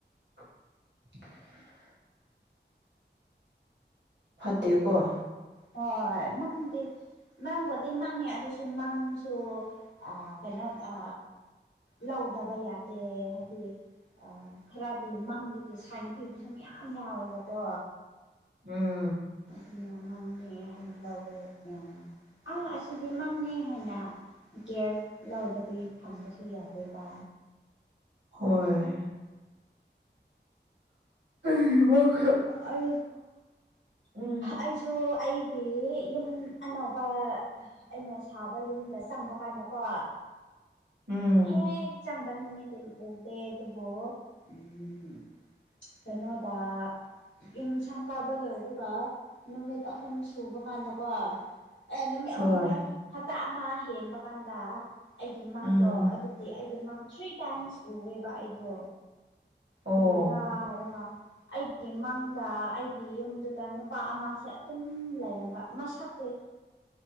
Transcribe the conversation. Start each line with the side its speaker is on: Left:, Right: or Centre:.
Right: <unintelligible> ꯐꯠꯇ‌ꯦꯀ‌ꯣ
Left: ꯍꯣꯏ ꯃꯪꯗ‌ꯤ ꯃꯪꯕꯨꯗꯤ ꯃꯪꯉ‌ꯦ ꯑꯗꯨꯁꯨ ꯃꯪꯁꯨ ꯑ ꯀꯩꯅꯣ ꯑ ꯂꯧꯗꯕ ꯌꯥꯗꯦ ꯍꯥꯏꯗꯤ ꯑꯥ ꯈꯔꯗꯤ ꯃꯪꯗꯒꯤ ꯁꯥꯏꯟ ꯄꯤꯕꯁꯨ ꯃꯌꯥꯝ ꯌꯥꯎꯋꯦꯕꯀꯣ
Right: ꯎꯝ
Left: ꯑꯗꯨꯅ ꯃꯥꯡꯅ‌ꯦ ꯍꯥꯏꯅ ꯂꯥꯎꯕ <unintelligible> ꯑꯥ ꯑꯁꯤꯗꯤ ꯃꯪꯅꯤ ꯍꯥꯏꯅ ꯀꯦꯌꯔ ꯂꯧꯗꯕꯤ ꯊꯝꯕꯁꯨ ꯌꯥꯗꯦꯕ
Right: ꯍꯣꯏ <unintelligible>
Left: ꯑꯩ
Right: ꯎꯝ
Left: ꯑꯩꯁꯨ ꯑꯩ ꯌꯨꯝ ꯑꯅꯧꯕ ꯑꯩꯅ ꯁꯥꯕ ꯌꯨꯝꯗ ꯆꯪꯕ ꯀꯥꯟꯗꯀꯣ
Right: ꯎꯝ
Left: ꯍꯦꯛ ꯆꯪꯕ ꯅꯨꯝꯃꯠꯇꯗꯤ ꯎꯗꯦ ꯑꯗꯨꯕꯣ ꯎꯝ ꯀꯩꯅꯣꯗ ꯌꯨꯝ ꯁꯪ ꯀꯥꯕ ꯂꯣꯏꯔꯒ ꯅꯨꯃꯤꯠ ꯑꯍꯨꯝ ꯁꯨꯕ ꯀꯥꯟꯗꯀꯣ ꯑꯦ ꯅꯨꯃꯤꯠ
Right: ꯍꯣꯏ
Left: ꯑꯍꯨꯝꯅꯤ ꯍꯞꯇꯥ ꯑꯃ ꯍꯦꯟꯕ ꯀꯥꯟꯗ ꯑꯩꯒꯤ ꯃꯪꯗꯣ
Right: ꯎꯝ
Left: ꯑꯗꯨꯗꯤ ꯑꯩꯒꯤ ꯃꯥꯡ ꯊ꯭ꯔꯤ ꯇꯥꯏꯝꯁ ꯎꯑꯦꯕ ꯑꯩꯗꯣ
Right: ꯑꯣ
Left: ꯀꯔꯤꯔꯥ ꯍꯥꯏꯔꯒ ꯑꯩ ꯑꯩꯒꯤ ꯃꯪꯗ ꯑꯩꯒꯤ ꯌꯨꯝꯗꯨꯗ ꯅꯨꯄꯥ ꯑꯃꯁꯦ ꯑꯗꯨꯝ ꯂꯩꯔꯝꯕ ꯃꯁꯛꯇꯤ